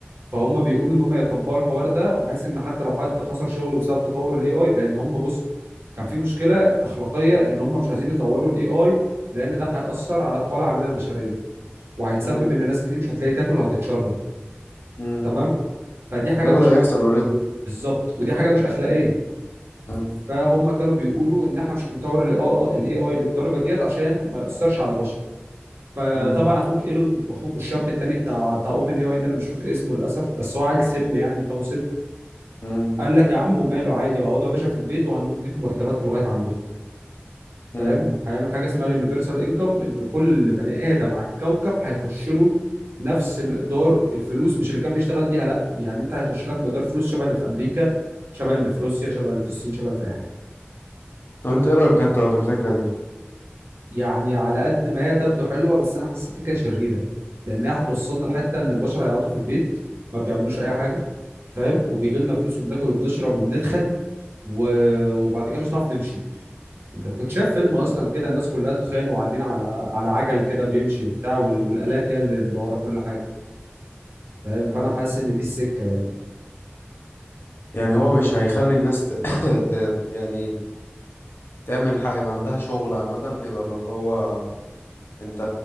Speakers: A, on the right; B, on the left.
A: فهم بيقولوا ان هم يطبقوا الحوار ده بحيث ان حتى لو حد خسر شغله بسبب تطور الاي اي لان هم بص كان في مشكله اخلاقيه ان هم مش عايزين يطوروا الاي اي لان ده هيأثر على القوى العامله البشريه وهيتسبب
B: امم
A: ان ناس كتير مش هتلاقي تاكل وهتتشرب
B: امم
A: تمام فدي حاجه
B: وده بدأ
A: مش
B: يحصل اوريدي
A: بالظبط ودي حاجه مش اخلاقيه
B: امم
A: فهم كانوا بيقولوا ان احنا مش هنطور الاي اي للدرجه ديت عشان ما يأثرش على البشر فطبعا
B: امم
A: اخوك ايلون واخوك الشاب التاني بتاع بتاع اوبن اي اي ده انا مش فاكر اسمه للاسف بس هو عيل سم يعني دماغه سم
B: امم
A: قال لك يا عم وماله عادي اقعدوا يا باشا في البيت وهنديكم مرتباتكم لغايه عندكم فاهم
B: امم
A: هيعمل حاجه اسمها اليونيفرسال انكم ان كل بني ادم على الكوكب هيخش له نفس مقدار الفلوس مش اللي كان بيشتغل بيها لا يعني انت هيخش لك مقدار فلوس شبه اللي في امريكا شبه اللي في روسيا شبه اللي في الصين شبه اللي في اي حته
B: طب انت ايه رأيك انت في الفكرة دي
A: يعني على قد ما هي تبدو حلوه بس انا حاسه فكره شريره لان هي هتوصلنا لحته ان البشر هيقعدوا في البيت ما بيعملوش اي حاجه فاهم وبيجي لنا فلوس وبناكل وبنشرب وبنتخن و... وبعد كده مش هنعرف نمشي انت كنت شايف فيلم اصلا
B: امم
A: كده الناس كلها تخان وقاعدين على على عجل كده بيمشي وبتاع وال... والالات هي اللي مدوره كل حاجه فاهم
B: امم
A: فانا حاسس ان دي السكه يعني
B: يعني هو مش هيخلي الناس ت... <coughs> <laughs> ت... يعني تعمل حاجة يبقى عندها شغل عامة يبقى اللي هو انت